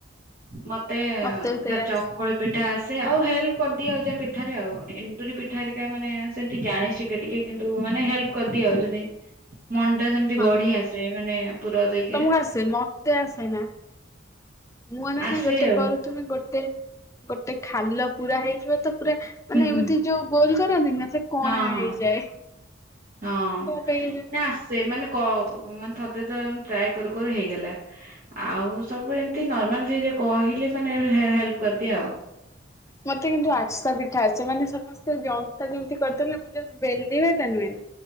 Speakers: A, on the right; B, on the left.
A: ମତେ
B: ମତେ ବି
A: ଖାଲି
B: ସେଇଆ ଆସେ
A: ଚକୁଳି ପିଠା ଆସେ ଆଉ ହେଲ୍ପ କରିଦି ଆଉ ଯା ପିଠାରେ ଆଉ ଏନ୍ଦୁରି ପିଠା ହେରିକା ମାନେ ସେମିତି ଜାଣିସିକେ ଟିକେ କିନ୍ତୁ ମାନେ ହେଲ୍ପ କରିଦିଅ <unintelligible>
B: <inaudible>
A: ମଣ୍ଡା ସେମିତି
B: ହଁ
A: ଗଢି ଆସେ ମାନେ ପୁର ଦେଇ
B: ତମକୁ ବା ସେମା କେବଳ ଶେମା ମୁଁ <unintelligible> ମାନେ
A: ଆସେ
B: ଗୋଟେ
A: ଆଉ
B: କର ତୁମେ ଗୋଟେ ଗୋଟେ ଖାଲ ପୁରା ହେଇଯିବ ତ ପୁରା ମାନେ
A: ହୁଁ ହୁଁ
B: ଏମିତି ଯଉ ଗୋଲ କରନ୍ତି ନା ସେ କଣା
A: ହଁ
B: ହେଇଯାଏ।
A: ହଁ ହଁ
B: କଣ ପାଇଁ କେଜାଣି?
A: ନା ଆସେ ମାନେ କ ଅ ହଁ ମାନେ ଥରେ ଦି ଥର ଏମିତି ଟ୍ରାଏ କରୁ କରୁ ହେଇଗଲା ଆଉ ସବୁ ଏମତି ନର୍ମାଲି ଟିକେ କହିଲେ ମାନେ ହେ ହେଲପ କରିଦିଏ ଆଉ
B: ମତେ କିନ୍ତୁ ଆଠସା ପିଠା ଆସେ ମାନେ ସବୁ ସେ ଜନ୍ତା ଯେମତି କରିଦେଲେ ମୁଁ ଯେ ବେଲିବା ଟା ନୁହେଁ ନା